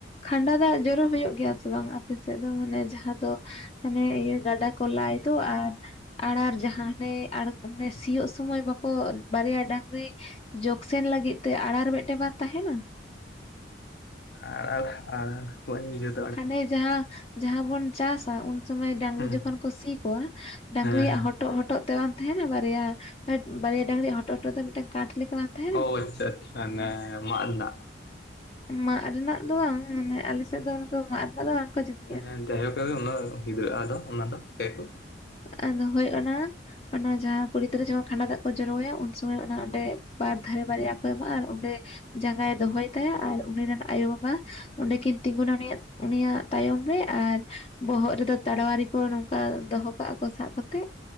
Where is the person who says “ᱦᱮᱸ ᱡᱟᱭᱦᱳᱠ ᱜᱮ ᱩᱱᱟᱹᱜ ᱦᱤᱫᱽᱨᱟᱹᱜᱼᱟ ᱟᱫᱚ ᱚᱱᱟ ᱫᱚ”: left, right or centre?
Left